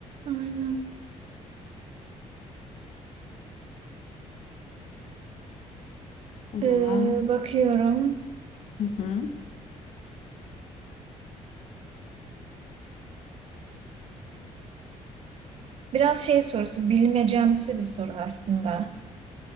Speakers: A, on the right; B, on the left.
A: Aynen.
B: O
A: Ee,
B: zaman
A: bakıyorum.
B: hı hı.
A: Biraz şey sorusu, bilmecemsi bir soru aslında.